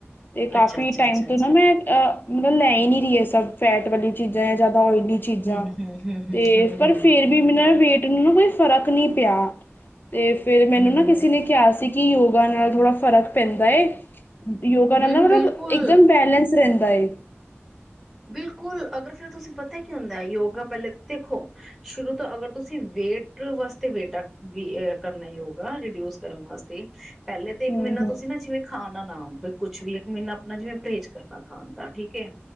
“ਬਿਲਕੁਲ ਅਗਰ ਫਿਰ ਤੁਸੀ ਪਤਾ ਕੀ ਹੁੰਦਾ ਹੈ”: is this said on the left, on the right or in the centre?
Centre